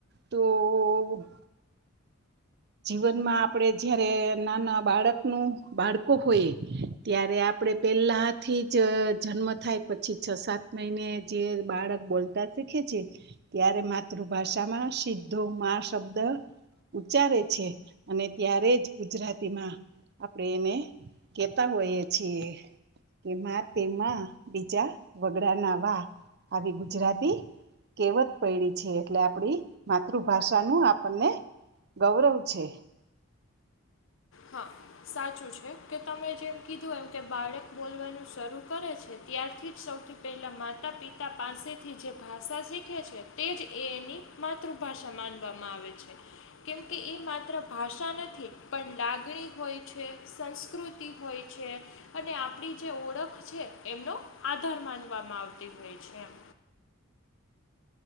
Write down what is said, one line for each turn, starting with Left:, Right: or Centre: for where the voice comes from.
Right: તો જીવનમાં આપડે જયારે નાના બાળકનું બાળકો હોઈએ ત્યારે આપણે પહેલાંથી જ જન્મ થાય પછી છ સાત મહિને જે બાળક બોલતા શીખે છે ત્યારે માતૃભાષામાં સીધો મા શબ્દ ઉચ્ચારે અને ત્યારે જ ગુજરાતીમાં આપણેે એને કેતા હોયએ છીએ કેમાં તેમાં બીજા વગડા ના વા આવી ગુજરાતી કેવત પૈડી છે એટલે આપડી માતૃભાષાનું આપણને ગૌરવ છે.
Left: હા. સાચું છે કે તમે જેમ કીધું એમ કે બાળક બોલવાનું શરૂ કરે છે ત્યારથી જ સૌથી પહેલાં માતા પિતા પાસેથી જે ભાષા શીખે છે તે જ એ એની માતૃભાષા માનવામાં આવે છે કેમકે એ માત્ર ભાષા નથી પણ લાગ લાગણી હોય છે સંસ્કૃતિ હોય છે. અને આપણી જે ઓળખ છે એમનો આધાર માનવામાં આવતી હોય છે એમ.